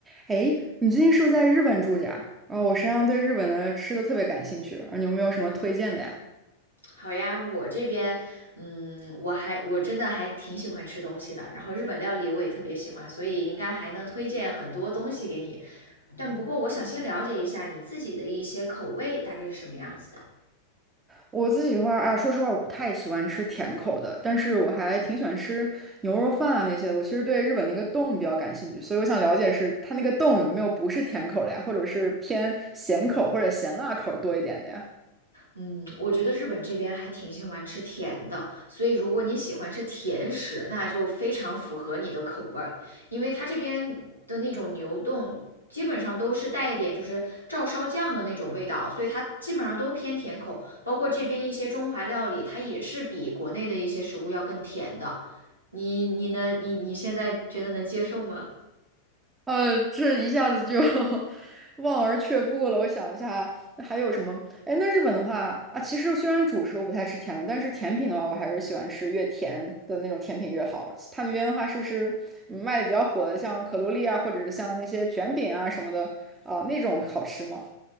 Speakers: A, on the right; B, on the right.
A: 哎，你最近是不是在日本住着呀？然后我实际上对日本的吃的特别感兴趣，然后你有没有什么推荐的呀？
B: 好呀，我这边，嗯，我还我真的还挺喜欢吃东西的，然后日本料理我也特别喜欢，所以应该还能推荐很多东西给你。但不过我想先了解一下你自己的一些口味大概是什么样子的。
A: 我自己的话啊，说实话，我不太喜欢吃甜口儿的，但是我还挺喜欢吃牛肉饭啊那些的我其实对日本那个洞比较感兴趣，所以我想了解是它那个洞有没有不是甜口儿的呀，或者是偏咸口儿或者咸辣口儿多一点的呀？
B: 嗯，我觉得日本这边还挺喜欢吃甜的，所以如果你喜欢吃甜食，那就非常符合你的口味儿因为它这边的那种牛丼基本上都是带一点就是照烧酱的那种味道，所以它基本上都偏甜口，包括这边一些中华料理，它也是比国内的一些食物要更甜的。你你能你你现在觉得能接受吗？
A: 呃，这一下子就 <laughs> 望而却步了。我想一下，那还有什么？哎，那日本的话啊，其实虽然主食我不太吃甜的，但是甜品的话，我还是喜欢吃越甜的那种甜品越好。他那边的话，是不是嗯卖的比较火的，像可露丽啊，或者是像那些卷饼啊什么的啊，那种好吃吗？